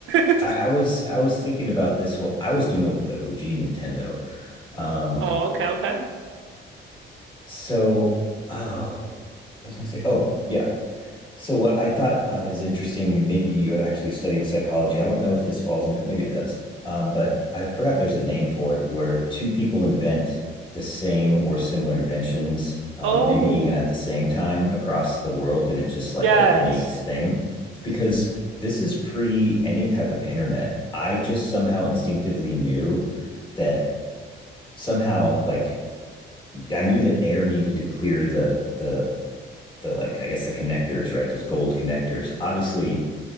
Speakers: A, on the right; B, on the left.
A: <laughs>
B: I, I was I was thinking about this. Well, I was doing it with the OG Nintendo. Um,
A: Oh, okay, okay.
B: so oh, what was I gonna say? Oh, yeah. So what I thought um, is interesting, maybe you actually studied psychology. I don't know if this falls into it. Maybe it does. Um, but I forgot there's a name for it where two people invent the same or similar inventions, um,
A: Oh,
B: maybe even at the same time across the world, and it's just like
A: yes.
B: an innate thing. Because this is pre any type of internet. I just somehow instinctively knew that somehow, like I knew that air needed to clear the the the like I guess the connectors, right? Those gold connectors. Obviously,